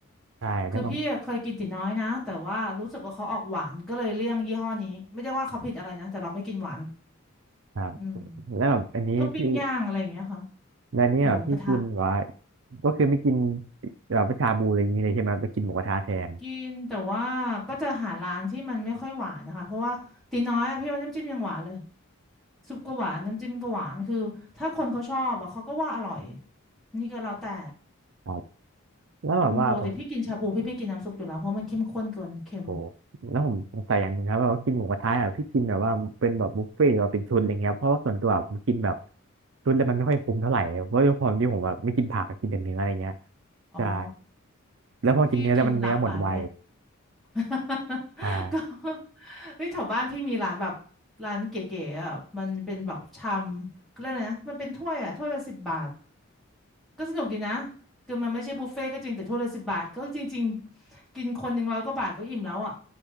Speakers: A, on the right; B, in the centre.
A: ใช่แล้วก็
B: คือพี่อะเคยกินติดน้อยนะแต่ว่ารู้สึกว่าเขาออกหวานก็เลยเลี่ยงยี่ห้อนี้ไม่ได้ว่าเขาผิดอะไรนะแต่เราไม่กินหวาน
A: ครับ
B: อืม
A: แล้วแบบอันนี้พี่
B: ก็ปิ้งย่างอะไรอย่างเงี้ยค่ะ
A: แล้วเนี่ยพี่กินว่า
B: หมูกระทะ
A: ก็คือไม่กินแบบชาบูอะไรอย่างนี้เลยใช่ไหมไปกินหมูกระทะแทน
B: กินแต่ว่าก็จะหาร้านที่มันไม่ค่อยหวานนะคะเพราะว่าตีน้อยอะพี่ว่าน้ำจิ้มยังหวานเลย ซุปก็หวานน้ำจิ้มก็หวานคือถ้าคนเขาชอบอ่ะเขาก็ว่าอร่อยนี่ก็แล้วแต่
A: ครับแล้วแบบว่าผม
B: อืมปกติพี่กินชาบูพี่ไม่กินน้ำซุปอยู่แล้วเพราะมันเข้มข้นเกินเค็ม
A: โอ้แล้วผมสงสัยอย่างหนึงครับว่ากินหมูกระทะอ่ะพี่กินแบบว่าเป็นแบบบุฟเฟ่ต์หรือว่าเป็นชุดอะไรเงี้ยเพราะว่าส่วนตัวผมกินแบบชุดแล้วมันไม่ค่อยคุ้มเท่าไหร่เพราะด้วยความที่ผมแบบไม่กินผักกินแต่เนื้ออะไรเงี้ย
B: อ๋อ
A: ใช่แล้วพอกินเนื้อแล้วมันเนื้อหมดไว
B: พี่กินหลากหลายแหละ <laughs>
A: ใช่
B: ก็เฮ้ยแถวบ้านพี่มีร้านแบบร้านเก๋ๆอ่ะมันเป็นแบบชามเขาเรียกอะไรนะมันเป็นถ้วยอ่ะถ้วยละสิบบาทก็สนุกดีนะคือมันไม่ใช่บุฟเฟ่ต์ก็จริงแต่ถ้วยละสิบบาทก็จริงๆกินคนหนึ่งร้อยกว่าบาทก็อิ่มแล้วอ่ะ